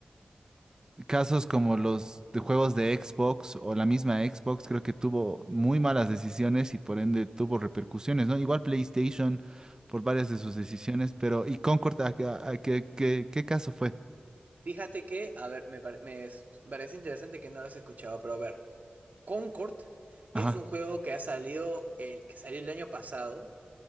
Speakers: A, on the right; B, on the right.
A: casos como los de juegos de Xbox o la misma Xbox, creo que tuvo muy malas decisiones y por ende tuvo repercusiones, ¿no? Igual PlayStation por varias de sus decisiones, pero ¿y Concord a, qué, a qué- qué- qué caso fue?
B: Fíjate que, a ver, me, pare- me es- parece interesante que no lo has escuchado, pero a ver, Concord
A: Ajá.
B: es un juego que ha salido el, que salió el año pasado